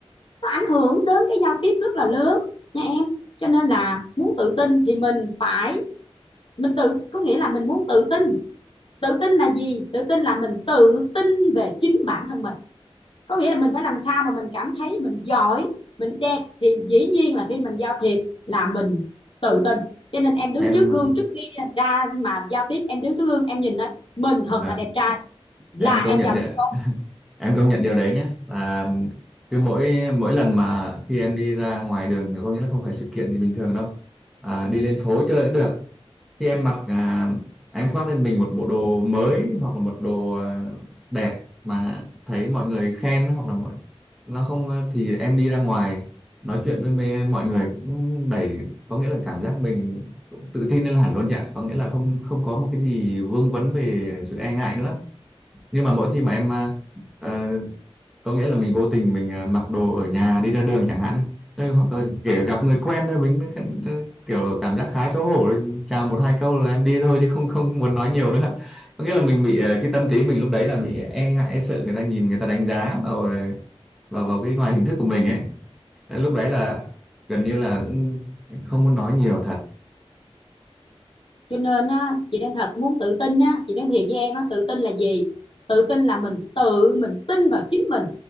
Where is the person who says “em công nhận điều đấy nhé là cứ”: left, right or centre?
Centre